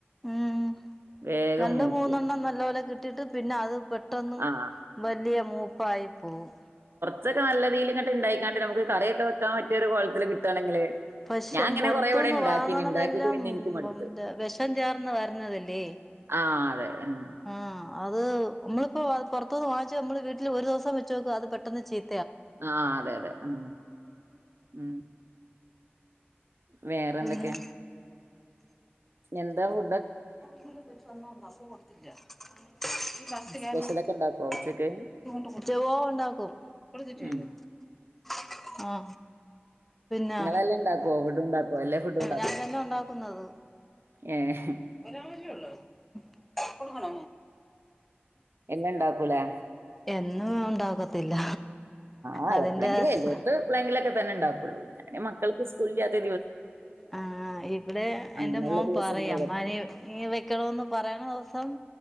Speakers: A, in the centre; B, on the right.
A: മ്മ്
B: വേഗം
A: രണ്ടും
B: മൂക്കും
A: മൂന്നെണ്ണം നല്ല പോോലെ കിട്ട ഇിട്ട് പിന്നെ അത് പെട്ടന്ന
B: ആഹ്
A: വലിയ മൂപ്പായി പോകവും
B: ഇതക്കെ നല്ലതീല് ഇങ്ങട്ട് ണ്ടാക്കി നമു കറയൊക്ക വൊൻ പറ്റ ഒരു കുഴം വിടെ കിട്ടാണെങ്കില്
A: പക്ഷെ
B: ഞാൻ അങ്ങനെ
A: പുറത്തുന്ന്
B: കൊറേ ഇവിടെ ഇണ്ടാക്കീന്
A: വാങ്ങണതെല്ലാം
B: ഇണ്ടാക്കീട്ട് പിന്നെ ഇൻക്ക് മടുത്ത്
A: വെഷം ചേർന്ന് വരുന്നതല്ലേ
B: ആഹ് അതെ ഉം
A: ആ അത് നമ്മളിപ്പോ പുറത്തുന്ന് വാങ്ങിച്ച് നമ്മള് വീട്ടിൽ ഒരു ദിവസം വെച്ച് നോക്കു അത് പെട്ടെന്ന് ചെയ്
B: ആ അതെ അതെ ഉം ഉം വേറെ എന്തൊക്കെ
A: പിന്നെ
B: എന്താ പ
A: <unintelligible>
B: സ്പെഷ്യലൊക്കെ ഉണ്ടാക്കോ ഉച്ചക്ക് ഉം
A: ആ ആ പിന്നെ
B: നിങ്ങളെല്ലാം ഉണ്ടാക്കുവോ ഫുഡ് ഉണ്ടാക്കോ എല്ലാ ഫുഡും ഉണ്ടാക്കോ
A: ഞാൻ തന്നെ ഉണ്ടാക്കുന്നത്
B: ഏഹ്
A: ഒരാളല്ലെ ഉള്ളൂ കുടുക്കണ
B: എല്ലം ഇണ്ടാക്കൂലേ
A: എന്നും ഉണ്ടാക്കത്തില്ല
B: ആ
A: അതിന്റെ
B: എപ്പ്ളെങ്കിലും എല്ലട്ട്
A: സ്
B: എപ്പ്ളെങ്കിലോക്കെ <unintelligible> ഞാന് മക്കൾക്ക് സ്ക്കൂൾക്ക്‌ അത്
A: ആ ഇവിടെ
B: അങ്ങനെയുള്ള
A: എന്റെ മോൻ
B: ദിവസങ്ങളിലൊക്കെ
A: പറയും അമ്മാനെ ഈ വെക്ക്‌ണ്ന്ന് പറയ്ണ സം